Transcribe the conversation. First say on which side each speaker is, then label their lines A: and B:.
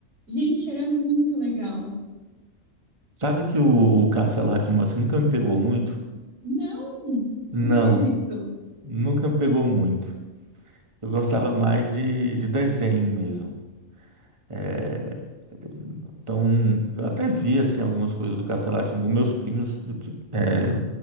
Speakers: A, on the right; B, on the right.
A: Gente, era muito legal.
B: Sabe que o, o Castelo rá assim, nunca me pegou muito?
A: Não,
B: Não,
A: não acredito.
B: nunca me pegou muito. Eu gostava mais de, de desenho mesmo. É, Então, eu até vi assim algumas coisas do Castelo rá tim Meus primos, eu ti- é,